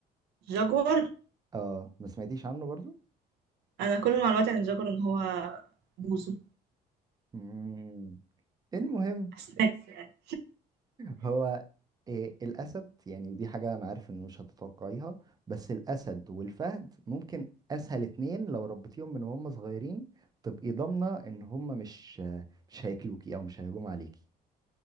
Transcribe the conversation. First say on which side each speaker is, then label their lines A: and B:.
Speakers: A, on the right; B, on the right.
A: جاكور
B: اه ما سمعتيش عنه برضو
A: انا كل معلوماتي عن الجاكور ان هو بوزو
B: مم. المهم
A: سناكس يعني
B: هو آه الأسد يعني دي حاجة أنا عارف إن مش هتتوقعيها بس الأسد والفهد ممكن أسهل اتنين لو ربيتيهم من وهم صغيرين تبقي ضامنة إن هم مش آه مش هياكلوكي أو مش هيهجموا عليكي